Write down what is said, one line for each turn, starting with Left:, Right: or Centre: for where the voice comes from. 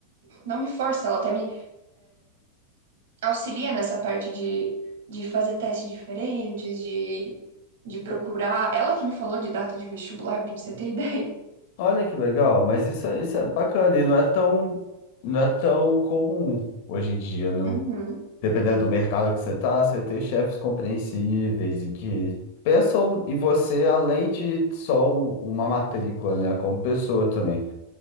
Right: não me força, ela até me auxilia nessa parte de, de fazer testes diferentes, de, de procurar. Ela que me falou de data de vestibular, pra você ter <laughs> ideia.
Left: Olha que legal, mas isso, é- isso é bacana e não é tão, não é tão comum hoje em dia, não.
Right: Uhum,
Left: Dependendo do mercado que você tá, você ter chefes compreensíveis e que pensam em você além de só um- uma matrícula, né, como pessoa também.